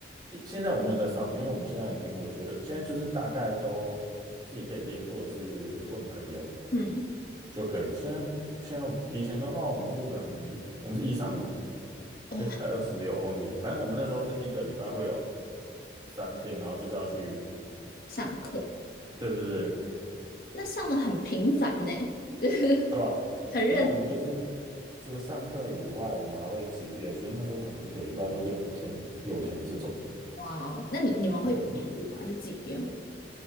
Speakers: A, on the right; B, on the left.
A: 以现在我没有在上了因为我们现在已经，我觉得现在就是大概都自己可以练，或者是问朋友
B: 嗯，
A: 就可以。现在现在以前的话，我们是可能一我们是一三五，
B: 哦，
A: 哎，还二十六，我忘记了。反正我们那时候是一个礼拜会有三天，然后就是要去，
B: 上课
A: 对对对，
B: 那上的很频繁呢，就是
A: 对吧？
B: <laughs>。很认。
A: 因为我们就是除了上课以外，我们还会自己练，所以那时候可能一个礼拜都会练五天、六天这种的，
B: 哇哦，那你你们会编舞吗？
A: 对不对。
B: 就自己编舞？